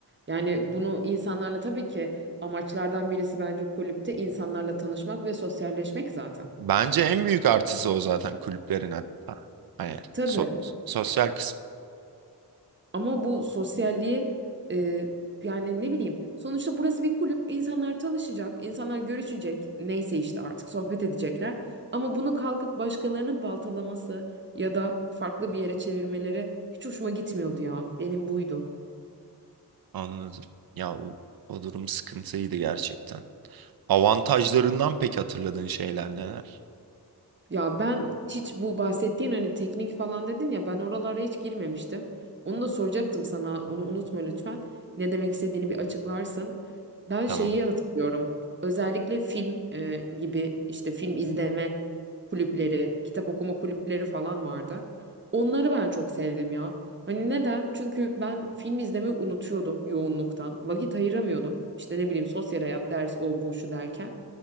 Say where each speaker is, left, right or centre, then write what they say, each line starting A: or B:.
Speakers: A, on the right; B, on the right.
A: Yani bunu insanlarla tabii ki amaçlardan birisi bence kulüpte insanlarla tanışmak ve sosyalleşmek zaten.
B: Bence en büyük artısı o zaten kulüplerin hatta. Hani
A: Tabii.
B: so- sosyal kısmı.
A: Ama bu sosyalliği e, yani ne bileyim sonuçta burası bir kulüp insanlar tanışacak, insanlar görüşecek neyse işte artık sohbet edecekler. Ama bunu kalkıp başkalarının baltalaması ya da farklı bir yere çevirmeleri hiç hoşuma gitmiyordu ya. Benim buydu.
B: Anladım. Ya o, o durum sıkıntıydı gerçekten. Avantajlarından pek hatırladığın şeyler neler?
A: Ya ben hiç bu bahsettiğin hani teknik falan dedin ya ben oralara hiç girmemiştim. Onu da soracaktım sana onu unutma lütfen. Ne demek istediğini bir açıklarsın. Ben
B: Tamam.
A: şeyi hatırlıyorum. Özellikle film e, gibi işte film izleme kulüpleri, kitap okuma kulüpleri falan vardı. Onları ben çok sevdim ya. Hani neden? Çünkü ben film izlemeyi unutuyordum yoğunluktan. Vakit ayıramıyordum. İşte ne bileyim sosyal hayat, ders, o bu şu derken.